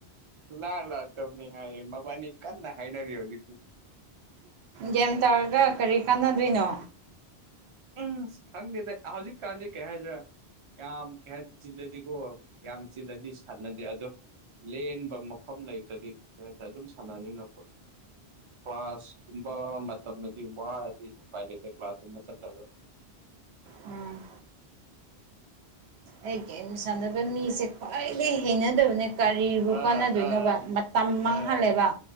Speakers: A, on the right; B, on the right.
A: ꯁꯨꯛꯂꯥꯛ ꯂꯥꯛꯇꯕꯅꯦ ꯍꯥꯏꯌꯦ ꯃꯕꯥꯅꯤ ꯀꯟꯅ ꯍꯥꯏꯅꯔꯤ ꯍꯧꯖꯤꯛ
B: ꯒꯦꯝ ꯇꯧꯔꯒ ꯀꯔꯤ ꯀꯥꯟꯅꯗꯣꯏꯅꯣ
A: ꯎꯝ ꯈꯪꯗꯦꯗ ꯍꯧꯖꯤꯛꯀꯥꯟꯗꯤ ꯀꯩ ꯍꯥꯏꯒꯗ꯭ꯔ ꯌꯥꯝ ꯀꯩ ꯍꯥꯏ ꯆꯤꯜꯂꯗꯤꯀꯣ ꯌꯥꯝ ꯆꯤꯜꯂꯗꯤ ꯁꯥꯟꯅꯗꯦ ꯑꯗꯣ ꯂꯦꯟꯕ ꯃꯐꯝ ꯂꯩꯇ꯭ꯔꯗꯤ ꯈ꯭ꯔ ꯈ꯭ꯔ ꯑꯗꯨꯝ ꯁꯥꯟꯅꯃꯤꯟꯅ ꯄꯥꯁ ꯀꯨꯝꯕ ꯃꯇꯝꯗꯤꯚꯗꯤ ꯎꯄꯥꯏ ꯀ꯭ꯂꯥꯁ ꯔꯝ ꯆꯠꯂꯒ
B: ꯎꯝ ꯑꯩ ꯒꯦꯝ ꯁꯥꯟꯅꯕ ꯃꯤꯁꯦ ꯈ꯭ꯋꯥꯏꯗꯒꯤꯩ ꯍꯩꯅꯗꯕꯅꯦ ꯀꯔꯤꯕꯨ
A: ꯑꯥ
B: ꯀꯥꯟꯅꯗꯣꯏꯅꯣꯕ
A: ꯑꯥ
B: ꯃꯇꯝ ꯃꯥꯡꯍꯜꯂꯦꯕ
A: ꯑꯥ